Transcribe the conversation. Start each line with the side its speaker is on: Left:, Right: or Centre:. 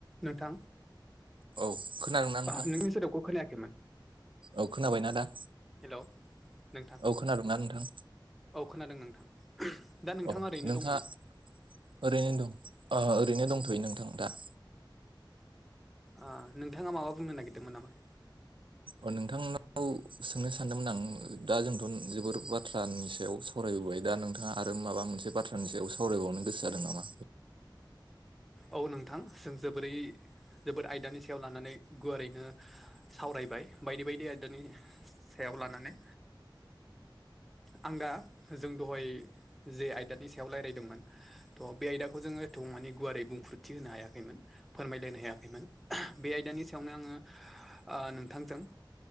Centre: नोंथां
Right: औ खोनादोंना नोंथां
Centre: ओ नोंनि सोदाबखौ खोनायाखैमोन
Right: औ खोनाबायना दा
Centre: हेलौ नोंथां
Right: औ खोनादोंना नोंथां
Centre: औ खोनादों नोंथां दा नोंथाङा
Right: अ
Centre: ओरैनो
Right: नोंथाङ
Centre: दं नामा
Right: ओरैनो दं ओरैनो दंथ'यो नोंथां दा
Centre: अ नोंथाङा माबा बुंनो नागिरदोंमोन नामा
Right: अ नोंथांनाव सोंनो सानदोंमोन आं दा जोंथ' जोबोर बाथ्रानि सायाव स फरायबोबाय दा नोंथाङा आरो माबा मोनसे बाथ्रानि सायाव सावरायबावनो गोसो जादों नामा
Centre: औ नोंथां जों जोबोरै जोबोर आयदानि सायाव लानानै गुवारैनो सावरायबाय बायदि बायदि आयदानि सायाव लानानै आं दा जों दहाय जे आयदानि सायाव रायज्लायदोंमोन थह बे आयदाखौ जोङो एथ' मान गुवारै बुंफ्रुथि होनो हायाखैमोन फोरमायलायनो हायाखैमोन बे आयदानि सायावनो आङो नोंथांजों